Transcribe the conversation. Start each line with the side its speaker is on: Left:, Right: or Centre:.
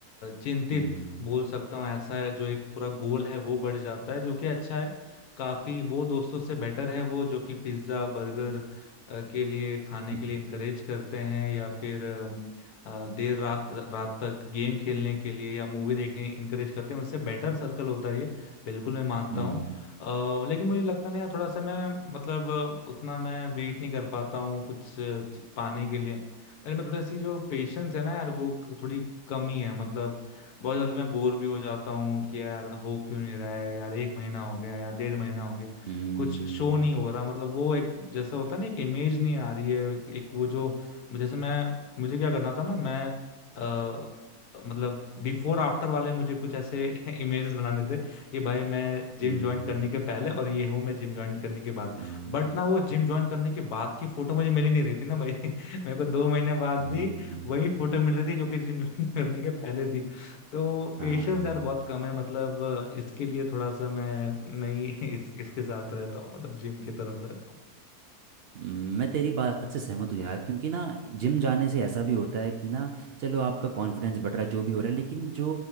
Left: चिंतित
Right: हम्म
Left: बोल सकता हूँ ऐसा है जो एक पूरा गोल है वो बढ़ जाता है जो कि अच्छा है काफी वो दोस्तों से बेटर है वो जो कि पिज्जा बर्गर अ, के लिए खाने
Right: <laughs>
Left: के लिए इनकरेज करते हैं या फिर अम, अ, देर रात रात तक गेम खेलने के लिए या मूवी देखने इनकरेज करते हैं उनसे बेटर सर्कल होता है ये बिल्कुल मैं मानता
Right: हम्म
Left: हूँ अ, लेकिन मुझे लगता नहीं है थोड़ा सा मैं मतलब अ, उतना मैं वेट नहीं कर पाता हूँ कुछ अ, च- पाने के लिए मेरे में थोड़ी सी जो पेशेंस है ना यार वो क- थोड़ी कमी है मतलब बहुत जल्दी मैं बोर भी हो जाता हूँ कि यार हो क्यों नहीं रहा है यार एक महीना हो गया यार डेढ़ महीना हो गया
Right: हम्म
Left: कुछ शो नहीं हो रहा मतलब वो एक जैसा होता है ना एक इमेज नहीं आ रही है एक, एक वो जो जैसे मैं मुझे क्या करना था ना मैं अ, मतलब बिफोर आफ्टर वाले मुझे कुछ ऐसे <laughs> इमेजेस बनाने थे कि भाई मैं जिम
Right: हम्म
Left: ज्वाइन करने के पहले और ये हूँ मैं जिम ज्वाइन करने के बाद
Right: हम्म
Left: बट ना वो जिम ज्वाइन करने के बाद की फोटो मुझे मिल ही नहीं रही थी ना भाई <laughs> मेरे को दो महीने बाद
Right: हम्म
Left: भी वही फोटो मिल रही थी जो कि जिम <laughs> ज्वाइन करने के पहले थी तो पेशेंस
Right: हाँ
Left: यार बहुत कम है मतलब इसके लिए थोड़ा सा मैं नहीं <laughs> इस इसके साथ रहता हूँ मतलब जिम की तरफ रहता हूँ
Right: हम्म, मैं तेरी बात से सहमत हूँ यार क्योंकि ना जिम जाने से ऐसा भी होता है कि ना चलो आपका कॉन्फिडेंस बढ़ रहा है जो भी हो रहा है लेकिन जो